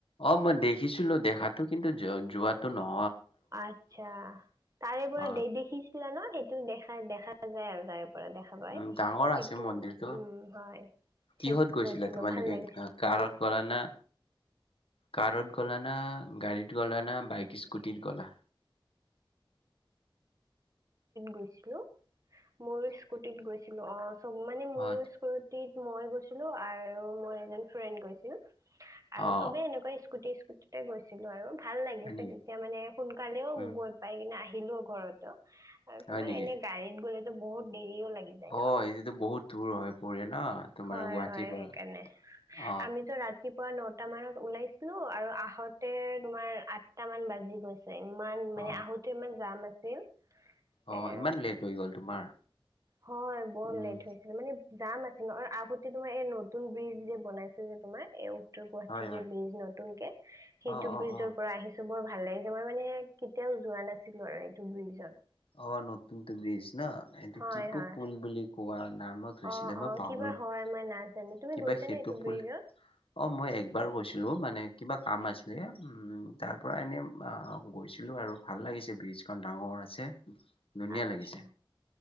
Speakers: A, on the left (about 85°); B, on the right (about 40°).
A: অ মই দেখিছিলোঁ দেখাতটো কিন্তু যোৱাটো নহয়।
B: আচ্ছা তাৰে পৰা
A: অ
B: দে দেখিছিলা ন। সেইটো দেখা দেখা যায় আৰু তাৰে পৰা। কৰা দেখা পায়
A: উম ডাঙৰ
B: সেইটো
A: আছে মন্দিৰটো
B: উম হয়।
A: কিহত
B: সেইটো
A: গৈছিলা
B: গৈছিলো
A: তোমালোকে
B: ভাল লাগিছিল
A: কাৰত কৰা না? কাৰত গ'লা না গাড়ীত গ'লা না বাইক স্কুটিত গ'লা।
B: গৈছিলো। মোৰ স্কুটিত গৈছিলো অ চব মানে মোৰ
A: অ
B: স্কুটিত মই গৈছিলো আৰু মোৰ এ ফ্ৰেণ্ড গৈছিল, আৰু
A: অ
B: চবে এনেকুৱা স্কুটি স্কুটতে গৈছিলো আৰু। ভাল লাগিছে
A: হয় নেকি
B: তেতিয়া মানে সোনকালেও
A: উম
B: গৈ পাই কিনে আহিলো ঘৰত। আৰু তোমাৰ
A: হয় নেকি
B: এনে গাড়ীত গ'লেতো বহুত দেৰিও লাগি যায় ন।
A: অ এইটোতো বহুত দূৰ হৈ পৰে ন তোমাৰ
B: হয়
A: গুৱাহাটীৰ
B: হয়
A: পৰা
B: সেইকাৰণে।
A: অ
B: আমিতো ৰাতিপুৱা ন আঠটা মানত ওলাইছিলো আৰু আহতে তোমাৰ আঠট মান বাজি গৈছিল। ইমান
A: অ
B: মানে আহোঁতে ইমান জাম আছিল।
A: অ
B: এ
A: ইমান লেট হৈ গল তোমাৰ।
B: হয় বৰ
A: উম
B: লেট হৈছিলে মানে। যাম আছিল ন আগতে তোমাৰ এই নতুন ব্ৰিজ যে বনাইছে যে তোমাৰ এই উওৰ গুৱাহাটীৰ
A: হয় হয়
B: যে ব্ৰিজ নতুন কে, সেইটো
A: অ অ
B: ব্ৰিজৰ
A: অ
B: পৰা আহি বৰ ভাল লাগিছে, মই মানে কেতিয়াও যোৱা নাছিলো আৰু এইটো ব্ৰিজত।
A: অ নতুনতো ব্ৰিজ ন, এইটো
B: হয়
A: কি পু-পুল
B: হয়
A: বুলি কোৱা নামত হৈছিলে
B: অ
A: মই
B: অ,
A: পাহৰিলো
B: কিবা হয় মই নাজানো। তুমি
A: কিবা
B: গৈছানে
A: সেইটো
B: এইটো
A: বুলি,
B: ব্ৰিজত
A: অ মই একবাৰ গৈছিলো মানে কিবা কাম আছিলে এ উম, তাৰ পৰা এনে আ গৈছিলো আৰু ভাল লাগিছে ব্ৰিজখন ডাঙৰ অ আছে। ধুনীয়া
B: আচ্ছা,
A: লাগিছে